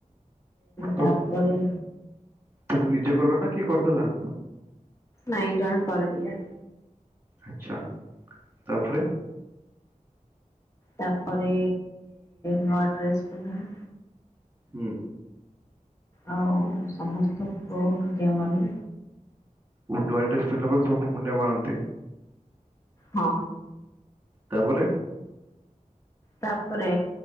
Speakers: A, on the left; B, on the right.
A: ତାପରେ
B: ତ ତୁମେ ନିଜେ କଲ ନା କିି କରଦଲା
A: କାଇଁ ଜଣ କରିଦଲେ
B: ଆଛା ତାପରେ
A: ତାପରେ ନୂଆ ଡ୍ରେସ୍ ପିନ୍ଧିଲ
B: ହୁଁ
A: ଆଉ ସମସ୍ତଙ୍କୁ ମଧ୍ୟ ଭଲ
B: ଉଣ୍ଡଆ ମୁଣ୍ଡିଆ ମାରନ୍ତି
A: ହଁ
B: ତାପରେ
A: ତାପରେ